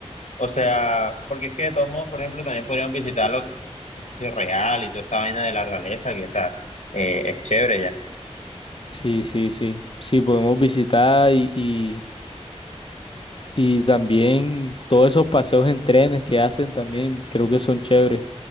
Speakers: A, on the left (about 75°); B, on the left (about 45°).
A: O sea, porque es que de todos modos, por ejemplo, también podríamos visitar lo que es real y toda esa vaina de la realeza, que o sea, eh, es chévere ya.
B: Sí, sí, sí. Sí, podemos visitar y, Y también todos esos paseos en trenes que hacen también creo que son chéveres.